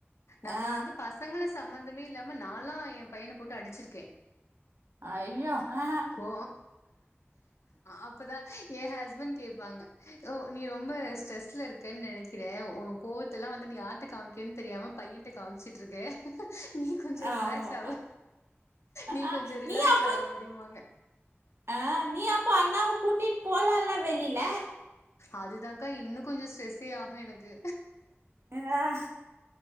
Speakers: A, on the left (about 80°); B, on the right (about 65°).
A: நம்ம
B: ஆ
A: வந்து பச சங்கள சம்மந்தமே இல்லாம நானாலா ஏன் பையன போட்டு அடிச்சிருக்கே
B: ஐயோ ஆ
A: கோ அப்பதா ஏன் ஹஸ்பண்ட் கேப்பாங்க ஓ நீ ரொம்ப ஸ்ட்ரெஸ்ல இருக்கன் நெனைக் க்கிறே ஓ கோவத்துலா வந்து நீ யார்ட்ட காமிக்கறன் தெரியாம பையன்ட்ட காமிச்சுட்ருக்க நீ கொஞ்சோ
B: ஆமா
A: ரிலாக்ஸ் ஆவு நீ
B: ஆ
A: கொஞ்சோ ரிலாக்ஸ்
B: நீ அப்போ
A: ஆவு அப்டிம்பாங்க
B: ஆ நீ அப்போ அண்ணாவ கூட்டிட் போலால வெளில
A: அதுதாக்கா இன்னு கொஞ்சோ ஸ்ட்ரெஸ்ஸே ஆகு எனக்கு
B: ர